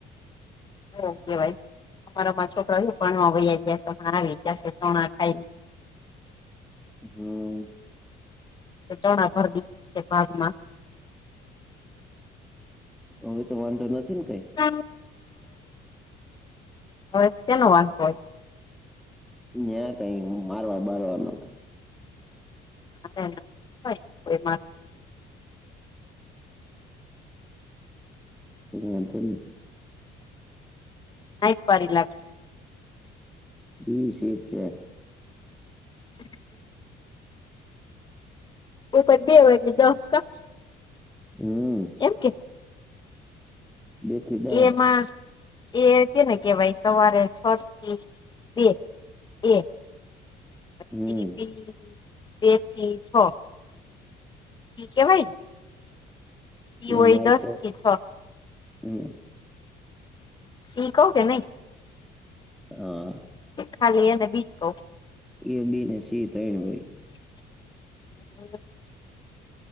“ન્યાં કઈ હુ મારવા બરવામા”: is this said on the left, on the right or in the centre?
Centre